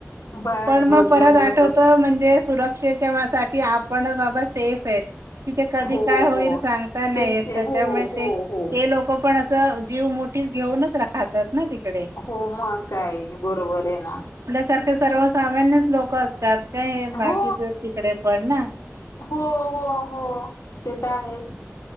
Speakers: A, on the left; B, on the right.
A: बस
B: पण
A: बस..
B: परत
A: बस
B: आठवत
A: बस बस
B: म्हणजे सुरक्षेच्या साठी आपणच बाबा सेफ आहेत.. तिथे कधी
A: हो
B: काय होईल
A: हो
B: सांगता नाही
A: तेच
B: त्याच्यामुळे
A: हो हो
B: ते
A: हो
B: ते लोक पण अस... जीव मोठी घेऊनच राहतात.. ना तिकडे.
A: हो मग काय बरोबर आहे ना..
B: सारख सर्वसामान्यच लोक असतात काय बाकीच
A: हो
B: तिकडे पण ना..
A: हो हो हो ते तर आहे..